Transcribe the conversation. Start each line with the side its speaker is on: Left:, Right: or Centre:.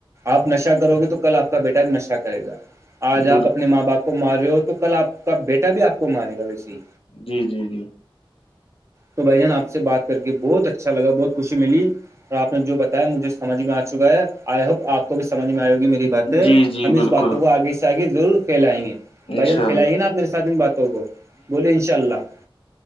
Right: آپ نشا کرو گے تو کل آپ کا بیٹا نشا کرے گا آج
Left: بالکل
Right: آپ اپنے ماں باپ کو مار رہے ہو تو کل آپ کا بیٹا بھی آپ کو مارے گا ویسے ہی
Left: جی جی جی
Right: تو بھائی جان آپ سے بات کر کے بہت اچھا لگا بہت خوشی ملی اور آپ نے جو بتایا مجے سمجھ میں آ چکا ہے آئی ہوپ آپ کو بھی سمجھ میں آئے ہو گی میری بات ہے
Left: جی جی
Right: ہم اس
Left: بالکل
Right: باتوں کو آگے سے آگے ضرور پھیلائیں گے
Left: اچھا
Right: پھیلائی گے نا آپ میرے ساتھ ان باتوں کو بولیے ان شاء اللہ